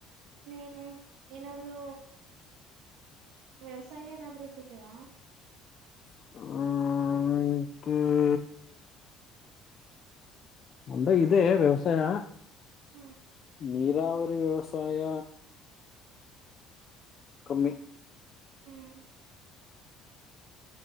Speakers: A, on the right (about 80°); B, on the left (about 40°).
A: ಇನ್ನೇನು ಏನಾದರೂ. ವ್ಯವಸಾಯ ಏನಾದ್ರು ಇಟ್ಟಿದ್ದೀರಾ.
B: ಹ್ಮ <unintelligible> ಮುಂದೆ ಇದೇ ವ್ಯವಸಾಯ.
A: ಹ್ಮ
B: ನೀರಾವರಿ ವ್ಯವಸಾಯ.
A: ಹ್ಮ
B: ಕಮ್ಮಿ
A: ಹ್ಮ್